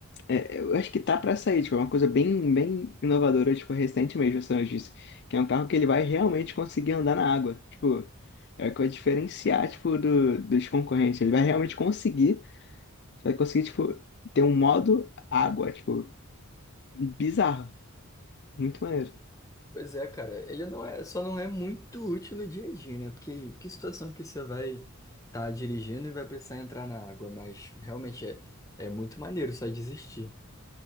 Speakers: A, on the left; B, on the left.
A: é, eu acho que tá pra sair, tipo, é uma coisa bem, bem inovadora, tipo, recente mesmo, essa notícia, que é um carro que ele vai realmente conseguir andar na água, tipo, é coisa diferenciar, tipo, do, dos concorrentes, ele vai realmente conseguir, vai conseguir, tipo, ter um modo água, tipo, bizarro, muito maneiro.
B: Pois é, cara, ele não é, só não é muito útil no dia a dia, né? Porque que situação que você vai estar dirigindo e vai precisar entrar na água, mas realmente é, é muito maneiro só desistir.